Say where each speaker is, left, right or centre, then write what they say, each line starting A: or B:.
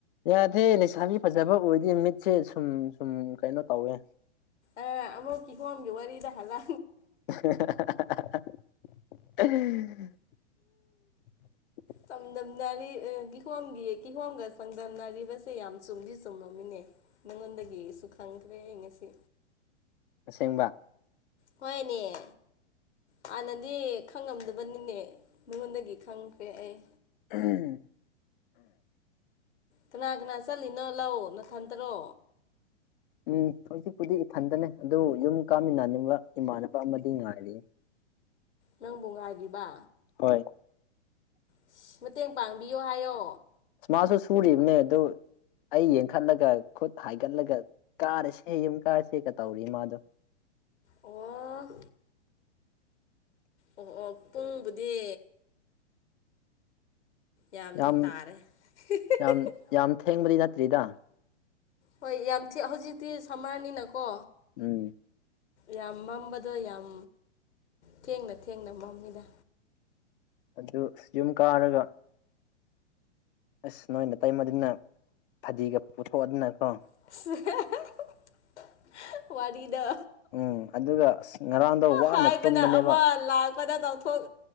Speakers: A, on the left (about 50°); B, on the left (about 75°).
A: ꯌꯥꯗꯦ ꯂꯩꯁꯥꯕꯤ ꯐꯖꯕ ꯎꯔꯗꯤ ꯃꯤꯠꯁꯦ ꯁꯨꯝ ꯁꯨꯝ ꯀꯩꯅꯣ ꯇꯧꯋꯦ
B: ꯑ ꯑꯃꯨꯛ ꯀꯤꯍꯣꯝꯒꯤ ꯋꯥꯔꯤꯗ ꯍꯜꯂ
A: <unintelligible>
B: ꯆꯥꯡꯗꯝꯅꯔꯤ ꯑ ꯀꯤꯍꯣꯝꯒꯤ ꯀꯤꯍꯣꯝꯒ ꯆꯥꯡꯗꯝꯅꯔꯤꯕꯁꯦ ꯌꯥꯝ ꯆꯨꯝꯗꯤ ꯆꯨꯝꯃꯃꯤꯅꯦ ꯅꯪꯉꯣꯟꯗꯒꯤ ꯑꯩꯁꯨ ꯈꯪꯈ꯭ꯔꯦ ꯑꯩ ꯉꯁꯤ
A: ꯑꯁꯦꯡꯕ
B: ꯍꯣꯏꯅꯦ ꯍꯥꯟꯅꯗꯤ ꯈꯪꯉꯝꯗꯕꯅꯤꯅꯦ ꯃꯤꯉꯣꯟꯗꯒꯤ ꯈꯪꯈ꯭ꯔꯦ ꯑꯩ
A: <unintelligible>
B: ꯀꯅꯥ ꯀꯅꯥ ꯆꯠꯂꯤꯅꯣ ꯂꯧ ꯅꯊꯟꯇꯔꯣ
A: ꯎꯝ ꯍꯧꯖꯤꯛꯄꯨꯗꯤ ꯏꯊꯟꯇ ꯂꯩ ꯑꯗꯣ ꯌꯨꯝ ꯀꯥꯃꯤꯟꯅꯅꯤꯡꯕ ꯏꯃꯥꯟꯅꯕ ꯑꯃꯗꯤ ꯉꯥꯏꯔꯤꯌꯦ
B: ꯅꯪꯕꯨ ꯉꯥꯏꯔꯤꯕꯥ
A: ꯍꯣꯏ
B: ꯑꯁꯁ ꯃꯇꯦꯡ ꯄꯥꯡꯕꯤꯌꯣ ꯍꯥꯏꯌꯣ
A: ꯃꯥꯖꯨ ꯁꯨꯔꯤꯕꯅꯦ ꯑꯗꯨ ꯑꯩ ꯌꯦꯡꯈꯠꯂꯒ ꯈꯨꯠ ꯍꯥꯏꯒꯠꯂꯒ ꯀꯥꯔꯁꯦ ꯌꯨꯝ ꯀꯥꯔꯁꯦꯒ ꯇꯧꯔꯤꯌꯦ ꯃꯥꯗꯣ
B: ꯑꯣ ꯑꯣ ꯑꯣ ꯄꯨꯡꯕꯨꯗꯤ ꯌꯥꯝꯗꯤ
A: ꯌꯥꯝ
B: ꯇꯥꯔꯦ <unintelligible>
A: ꯌꯥꯝ ꯌꯥꯝ ꯊꯦꯡꯕꯗꯤ ꯅꯠꯇ꯭ꯔꯤꯗ
B: ꯍꯣꯏ ꯌꯥꯝ ꯊꯤ ꯍꯧꯖꯤꯛꯇꯤ ꯁꯝꯃꯔꯅꯤꯅꯀꯣ
A: ꯎꯝ
B: ꯌꯥꯝ ꯃꯝꯕꯗꯣ ꯌꯥꯝ ꯊꯦꯡꯅ ꯊꯦꯡꯅ ꯃꯝꯃꯤꯗ
A: ꯑꯗꯨ ꯌꯨꯝ ꯀꯥꯔꯒ ꯑꯁ ꯅꯣꯏ ꯅꯇꯩꯃꯗꯨꯅ ꯐꯗꯤꯒ ꯄꯨꯊꯣꯛ ꯑꯗꯅꯀꯣ
B: <unintelligible> <unintelligible> ꯋꯥꯔꯤꯗꯣ
A: ꯎꯝ ꯑꯗꯨꯒ ꯑꯁ ꯉꯔꯥꯡꯗꯣ ꯋꯥꯅ
B: ꯍꯥꯏꯕꯅ
A: ꯇꯨꯝꯕꯅꯦꯕ
B: ꯑꯃ ꯂꯥꯛ ꯄꯗ ꯇꯧꯊꯣꯛ